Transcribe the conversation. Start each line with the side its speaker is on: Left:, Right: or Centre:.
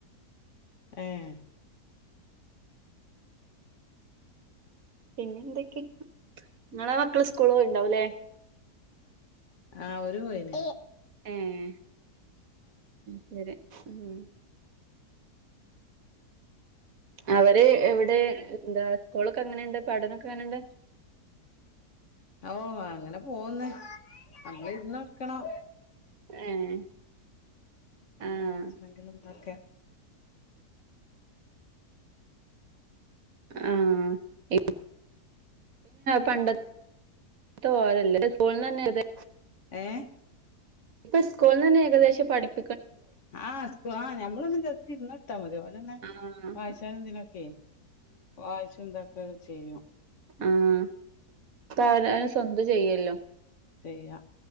Left: ഏഹ്
Right: പിന്നെ എന്തൊക്കെയ നിങ്ങള ക്കള് സ്കൂള പോയിണ്ടാവുല്ലേ
Left: ആഹ് ഒരു പോയിണ്
Right: ഏഹ് ശരി ഉം അവര് ഇവിടെ എന്താ സ്കൂളൊക്കെ അങ്ങനെയുണ്ട് പഠനം ഒക്കെ അങ്ങനുണ്ട്
Left: ഓ അങ്ങനെ പോന്നു നമ്മൾ ഇര്ന്നോട്ക്കണം
Right: ഏഹ് ആഹ്
Left: വായ്ചെണെങ്കിലും ഇതൊക്കെ
Right: ആഹ് പണ്ട പോലല്ലേ സ്കൂൾ ന്നന്നെ അതെ
Left: ങ്ങെ
Right: ഇപ്പൊ സ്കൂളിൽന്ന്ന്നെ ഏകദേശം പഠിക്കു
Left: ആഹ ആഹ് ഞമ്മളൊന്ന് ജസ്റ്റ് ഇര്ന്നോട് ത്ത മതി ഓലന്നെ
Right: ആഹ്
Left: വായിച്ചാനെന്തിനൊക്കെ വായിച്ചുന്താക്ക ചെയ്യും
Right: ഉം ഇപ്പവനാന് സ്വന്തം ചെയ്യല്ലോ
Left: ചെയ്യാം